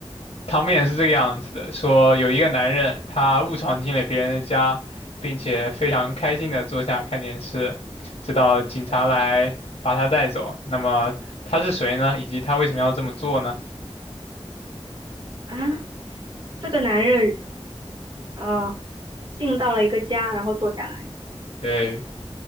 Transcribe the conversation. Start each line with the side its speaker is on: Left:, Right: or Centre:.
Left: 汤面是这个样子的，说有一个男人，他误闯进了别人的家，并且非常开心的坐下看电视，直到警察来把他带走。那么他是谁呢？以及他为什么要这么做呢？
Right: 啊，这个男人啊，进到了一个家，然后坐下来。
Left: 对，